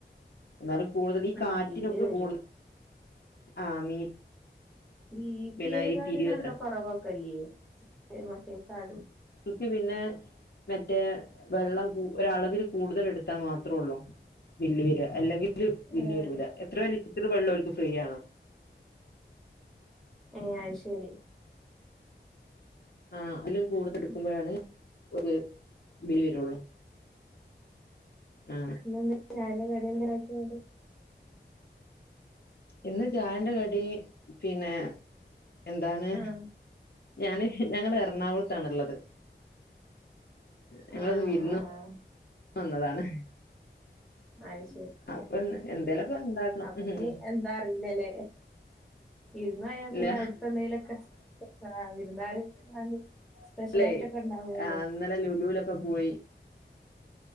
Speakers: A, on the left (about 60°); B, in the centre.
A: എന്നാലും കൂടുതൽ ഈ
B: ഉം
A: കാറ്റിനൊക്കെ
B: ബില്ല് വരും
A: കൂടു ആഹ് മീ
B: ഇ ബി
A: പിന്നെ
B: പി എൽ
A: ഈ
B: കാഡിന്
A: തിരിയുവത്രെ
B: എന്താ കൊറവോക്കല്ലേ മറ്റേ കാർഡ്
A: ഇക്കി പിന്നെ മറ്റേ വെള്ളം ഒരളവിൽ കൂടുതൽ എടുത്താൽ മാത്രേം ഉള്ളൂ. ബില്ല് വര്യ അല്ലെങ്കിൽ ബില്ല്
B: ഏഹ്
A: വരൂല എത്ര ലിറ്റർ വെള്ളം ഓല്ക് ഫ്രീ ആണ്.
B: ഏ അയ്ശേരി.
A: ആ അതിലും കൂടുതൽ
B: ഉം
A: എടുക്കുമ്പോഴാണ് ഒരു ബില് വരോ ആ
B: ഇന്നെന്താ ചായന്റെ കടിയന്തരാക്കിയ.
A: ഇന്ന് ചായന്റെ കടി പിന്നെ എന്താണ്
B: ആഹ് ആഹ്
A: ഞാന് ഞങ്ങൾ എറണാകുളതാണുള്ളത് ഞങ്ങളോന്നു
B: ആഹ്
A: വിർന്ന വന്നതാണ്
B: ആയ്ശരി
A: അപ്പൊ എന്തേലൊക്കെ ഉണ്ടാക്കണം
B: അപ്പോ
A: ഉം
B: ഇഞ് എന്താ അറിയില്ലല്ലേ. വിരുന്ന് പോയപിന്നെ
A: ഇല്ല
B: അവിടുത്തെ എന്തേലൊക്കെ വിരുന്നാര് <unintelligible> സ്പെഷ്യൽ
A: അല്ലെ
B: ആയിട്ടൊക്കെ ഉണ്ടാവുമല്ലോ
A: ഇന്നലെ ലുലൂലൊക്കെ പോയി.